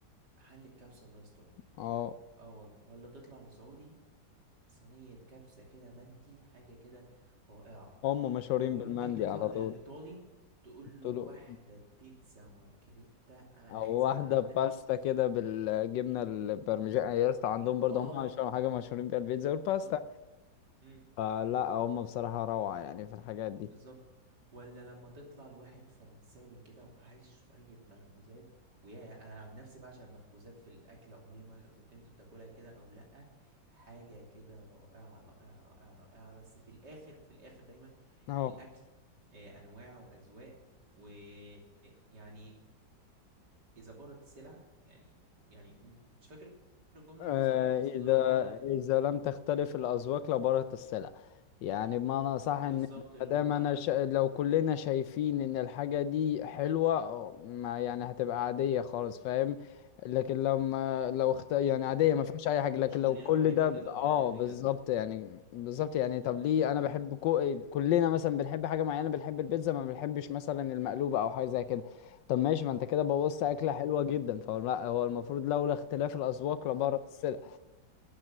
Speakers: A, on the right; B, on the left.
A: حل الكبسة الله يسترك
B: اه
A: اه والله ولا تطلع لسعودي صينية كبسة كده مندي حاجة كده رائعة
B: هم مشهورين
A: وممكن
B: بالمندي
A: تطلع
B: على
A: للإيطالي
B: طول
A: تقول له
B: قلت
A: واحدة
B: له
A: بيتزا مارجريتا أنا عايز
B: او واحده
A: من عندك
B: عندهم باستا كده بالجبنه البرمجان يا اسطى عندهم برضه
A: اه
B: هم
A: يا-
B: اشهر حاجه مشهورين بيها البيتزا والباستا
A: بالظبط مم.
B: فلا هم بصراحه روعه يعني في الحاجات دي
A: بالظبط ولا لما تطلع لواحد فرنساوي كده وعايش شوية مخبوزات ويا انا عن نفسي بعشق المخبوزات في الاكل عموما اذا كنت بتاكلها كده او لا حاجة كده رائعة رائعة رائعة رائعة بس في الاخر في الاخر دايما
B: اهو
A: الاكل آه، انواع واذواق ويعني اذا بارت السلع يعني يعني م- مش فاكر الجملة
B: آه،
A: بالظبط بس اللي
B: إذا
A: هو
B: إذا لم تختلف
A: م-
B: الأذواق لبارت السلع يعني بمعنى أصح
A: بالظبط
B: إن
A: اللي
B: مادام
A: هو
B: أنا شا... لو كلنا شايفين إن الحاجة دي حلوة آه، ما يعني هتبقى عادية خالص فاهم لكن لما لو اخت... يعني عادية
A: بالظبط
B: ما فيهاش أي حاجة لكن
A: مش كلنا
B: لو كل
A: بنحب
B: ده
A: كذا
B: ب- آه
A: وبنحب
B: بالظبط
A: كذا
B: يعني بالظبط يعني طب ليه أنا
A: امم
B: بحب كو... كلنا مثلا بنحب حاجة معينة بنحب البيتزا ما بنحبش مثلا المقلوبة أو حاجة زي كده طب ماشي ما انت كده بوظت اكله
A: امم
B: حلوه جدا فهو لا هو المفروض لولا اختلاف الاذواق
A: بالظبط
B: لبارت السلع